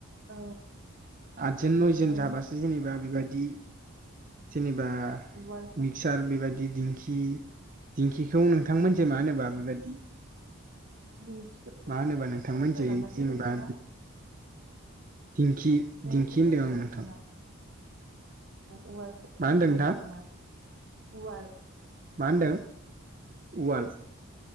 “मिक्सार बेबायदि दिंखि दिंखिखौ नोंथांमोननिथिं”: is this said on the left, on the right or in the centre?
Right